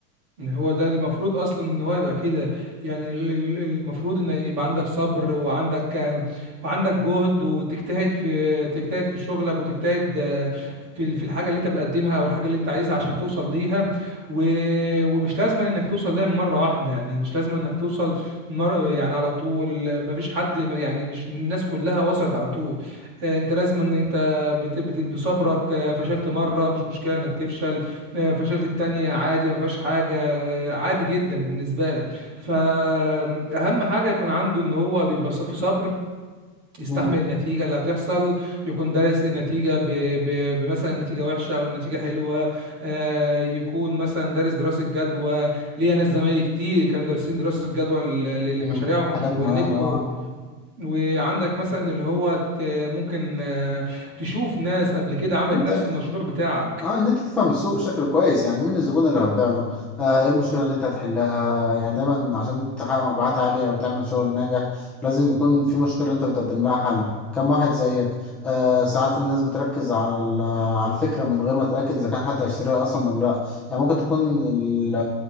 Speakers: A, on the right; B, in the centre.
A: إن هو ده المفروض اصلا ان هو يبقى كده يعني ال- ال- المفروض ان يبقى عندك صبر وعندك وعندك جهد وتجتهد في تجتهد في شغلك وتجتهد آه، في ال- في الحاجه اللي انت بتقدمها او الحاجه اللي انت عايزها عشان توصل ليها و... ومش لازم انك توصل ليها من مره واحده يعني مش لازم انك توصل مر... يعني على طول ما فيش حد ما- يعني مش الناس كلها وصلت على طول آه، انت لازم ان انت بت... بت... بصبرك آه، فشلت مره مش مشكله انك تفشل آه، فشلت التانية عادي ما فيهاش حاجه عادي جدا بالنسبه لك فاهم حاجه يكون عنده ان هو بيبقى ص- في صبر يستحمل
B: مم.
A: النتيجه اللي هتحصل يكون دارس النتيجه ب... ب... بمثلا النتيجه وحشه او النتيجه حلوه آه، يكون مثلا دارس دراسه جدوى ليا ناس زمايلي كتير كانوا دارسين دراسه جدوى ل- ل-
B: مم.
A: لمشاريعهم
B: حاجات
A: ونجحوا
B: معينة اه
A: وعندك مثلا اللي هو ت- ممكن آه، تشوف ناس قبل كده عملت
B: انت
A: نفس المشروع بتاعك
B: اه ان انت تفهم السوق بشكل كويس يعني مين الزبون اللي هتبيع له آه ايه المشكله اللي انت هتحلها يعني دايما عشان تحقق مبيعات عاليه وتعمل شغل ناجح لازم يكون في مشكله انت بتقدم لها حل كم واحد زيك آه ساعات الناس بتركز على ال- على الفكره من غير ما تتاكد اذا كان حد هيشتريها اصلا ولا لا يعني ممكن تكون ال-